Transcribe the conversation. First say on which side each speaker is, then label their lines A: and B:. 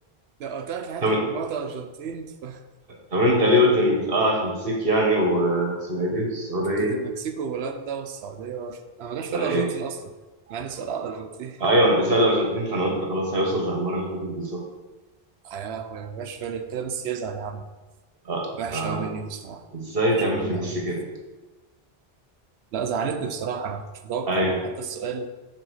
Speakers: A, on the right; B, on the right.
A: ده قلت لك لعبت
B: طب
A: في مجموعة الأرجنتين <laughs>
B: طب انت ليه قلت انك اه عشان نسيك يعني واسمها ايه دي في السعودية
A: كانت المكسيك وهولندا والسعودية وأر- أنا ما جاش في
B: آه
A: بالي
B: ايه
A: الأرجنتين أصلا مع إني سؤال على الأرجنتين
B: ايوه انت سأل الارجنتين فانا قلت خلاص هيوصل زي المرة اللي فاتت بالظبط
A: آه يا لهوي أنا ما جاش في بالي كده بس يزعل يا عم
B: اه انت
A: وحشة أوي مني دي بصراحة
B: ازاي
A: وحشة
B: تعمل
A: مني
B: في نفسي
A: أوي
B: كده
A: لا زعلتني بصراحة أنا ما كنتش متوقع
B: ايوه
A: يعني حتى السؤال